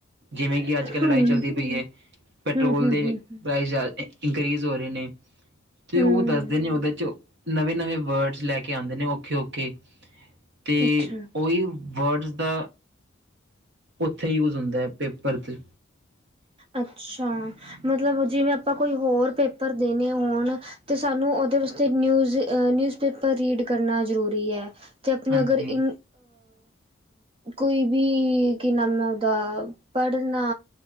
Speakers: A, on the right (about 60°); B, on the right (about 30°).
A: ਜਿਵੇਂ ਕਿ ਅੱਜ ਕੱਲ੍ਹ
B: ਹਮ
A: ਲੜਾਈ ਚੱਲਦੀ ਪਈ ਹੈ ਪੈਟਰੋਲ
B: ਹਮ ਹਮ
A: ਦੇ
B: ਹਮ
A: ਪ੍ਰਾਈਸ, ਇੰਕਰੇਜ ਹੋ ਰਹੇ ਨੇ, ਤੇ
B: ਹਮ
A: ਉਹ ਦੱਸਦੇ ਨੇ ਉਹਦੇ ਚੋ- ਨਵੇਂ ਨਵੇਂ ਵਰਡਸ ਲੈ ਕੇ ਆਉਂਦੇ ਨੇ ਔਖੇ ਓਖੇ। ਤੇ
B: ਅੱਛਾ
A: ਉਹੀ ਵਰਡਜ਼ ਦਾ ਉੱਥੇ ਹੀ ਯੂਸ ਹੁੰਦਾ ਹੈ ਪੇਪਰ 'ਚ
B: ਅੱ ਅੱਛਾ ਮਤਲਬ ਜਿਵੇਂ ਆਪਾਂ ਕੋਈ ਹੋਰ ਪੇਪਰ ਭਰ ਦੇਣੇ ਹੋਣ ਤੇ ਸਾਨੂੰ ਉਹਦੇ ਵਾਸਤੇ ਨਿਊਜ-ਨਿਊਜ, ਪੇਪਰ ਰੀਡ ਕਰਨਾ ਜ਼ਰੂਰੀ ਹੈ। ਅਤੇ ਆਪਣੀ
A: ਹਾਂਜੀ,
B: ਅਗਰ ਇ ਕੋਈ ਵੀ ਕੀ ਨਾਮ ਹੈ ਉਹਦਾ ਪੜ੍ਹਨਾ